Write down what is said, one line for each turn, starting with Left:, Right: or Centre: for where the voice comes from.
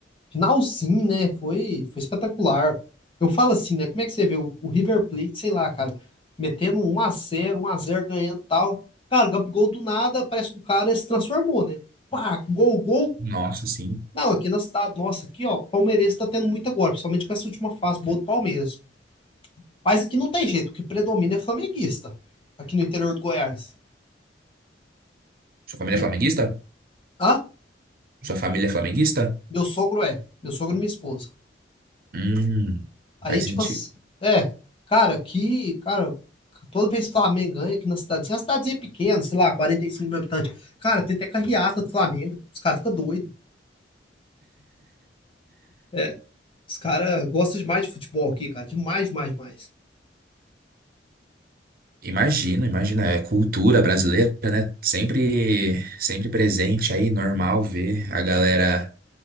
Left: finalzinho, né? Foi, foi espetacular. Eu falo assim, né? Como é que você vê o, o River Plate, sei lá, cara, metendo um a zero um a zero ganhando e tal. Cara, Gabigol do nada, parece que o cara se transformou, né? Pá, gol, gol.
Right: Nossa, sim.
Left: Não, aqui na cidade, nossa, aqui, ó, palmeirense tá tendo muito agora, principalmente com essa última fase boa do Palmeiras. Mas aqui não tem jeito, o que predomina é flamenguista, aqui no interior de Goiás.
Right: Sua família
Left: E,
Right: é flamenguista?
Left: ah,
Right: Sua família é flamenguista?
Left: meu sogro é, meu sogro e minha esposa.
Right: Hum,
Left: Aí,
Right: faz
Left: tipo
Right: sentido.
Left: assim, é, cara, aqui, cara, toda vez que o Flamengo ganha aqui na cidadezinha, uma cidadezinha é pequena, sei lá, 45 mil habitantes. Cara, tem até carreata do Flamengo. Os caras ficam doidos. É, os caras gostam demais de futebol aqui, cara. Demais, demais, demais.
Right: Imagino, imagina, é cultura brasileira, né? Sempre, sempre presente aí, normal ver a galera